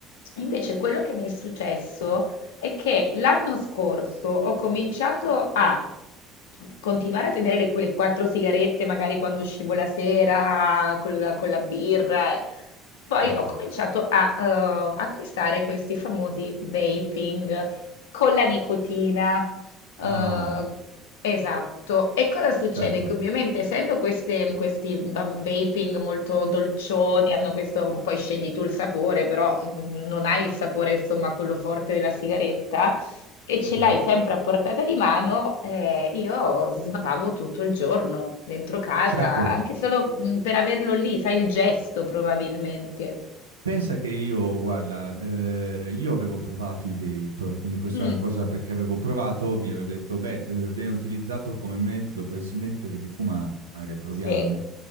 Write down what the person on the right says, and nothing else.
certo.
Ah,
certo.
Mhm.
Certo,
pensa che io, guarda, eh, io avevo provato i vape, quindi questa
cosa perché avevo provato, mi ero detto, beh, eh, viene utilizzato come metodo per smettere di fumare, proviamo.